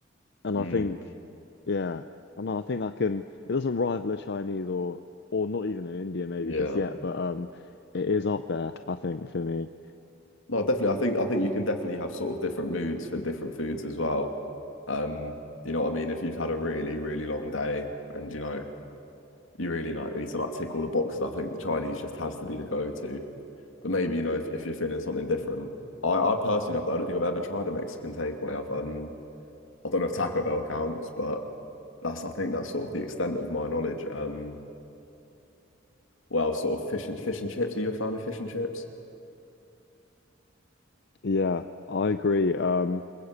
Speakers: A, on the left; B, on the left.
A: and
B: mm.
A: I think, yeah, I know. I think that can. It doesn't rival a Chinese or or not even in India maybe
B: Yeah.
A: just yet, but um, it is up there. I think for me.
B: No, definitely. I think I think you can definitely have sort of different moods for different foods as well. Um, you know what I mean? If you've had a really, really long day and you know, you really like need to like tick all the boxes, I think the Chinese just has to be the go-to. But maybe, you know, if, if you're feeling something different. I, I personally I've, I don't think I've ever tried a Mexican takeaway. I've um I don't know if Taco Bell counts, but that's I think that's sort of the extent of my knowledge. Um well, sort of fish and fish and chips. Are you a fan of fish and chips?
A: Yeah, I agree. Um,